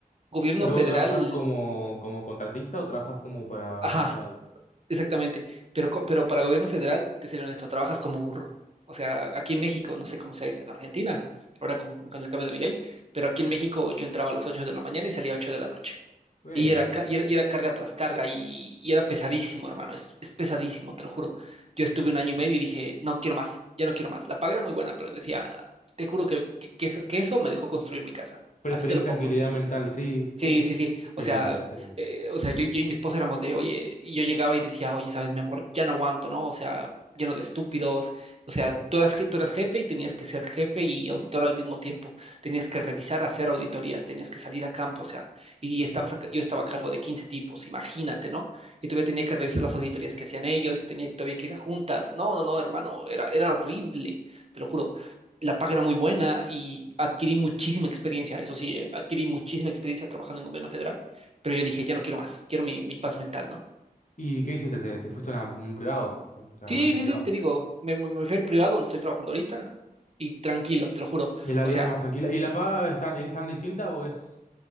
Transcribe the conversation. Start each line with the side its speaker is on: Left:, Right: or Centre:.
Right: gobierno
Left: ¿Pero
Right: federal,
Left: vos trabajás como, como contratista o trabajás como para
Right: ajá,
Left: empleado?
Right: Exactamente, pero, co- pero para gobierno federal, te seré honesto, trabajas como burro. O sea, aquí en México, no sé cómo sea en Argentina, ahora con, con el cambio de mi ley, pero aquí en México yo entraba a las 8 de la mañana y salía a 8 de la noche.
Left: Eh,
Right: Y era, ca- y era, y era carga tras carga y, y era pesadísimo, hermano, es, es pesadísimo, te lo juro. Yo estuve un año y medio y dije, no quiero más, ya no quiero más. La paga era muy buena, pero decía, te juro que, que, que eso, que eso me dejó construir mi casa.
Left: preferís
Right: Así te lo
Left: tranquilidad
Right: pongo.
Left: mental, sí.
Right: Sí,
Left: Uh,
Right: sí, sí. O
Left: qué
Right: sea,
Left: lindo, de serio.
Right: eh, o sea, yo, yo y mi esposa éramos de, oye, y yo llegaba y decía, oye, sabes, mi amor, ya no aguanto, ¿no? O sea, lleno de estúpidos. O sea, tú eras, je- tú eras jefe y tenías que ser jefe y auditor al mismo tiempo. Tenías que revisar, hacer auditorías, tenías que salir a campo, o sea, y estabas a ca- yo estaba a cargo de 15 tipos, imagínate, ¿no? Y todavía tenía que revisar las auditorías que hacían ellos, yo tenía todavía que ir a juntas. No, no, no, hermano, era, era horrible, te lo juro la paga era muy buena y adquirí muchísima experiencia, eso sí, eh, adquirí muchísima experiencia trabajando en gobierno federal, pero yo dije, ya no quiero más, quiero mi, mi paz mental, ¿no?
Left: ¿Y qué hiciste? ¿Te, te fuiste a una- un privado? ¿Te, te armaste
Right: Sí,
Left: un
Right: sí,
Left: privado?
Right: sí, te digo, me, me- me fui al privado donde estoy trabajando ahorita y tranquilo, te lo juro.
Left: Y la
Right: O
Left: vida
Right: sea,
Left: más tranquila. ¿Y la paga es tan, es tan distinta o es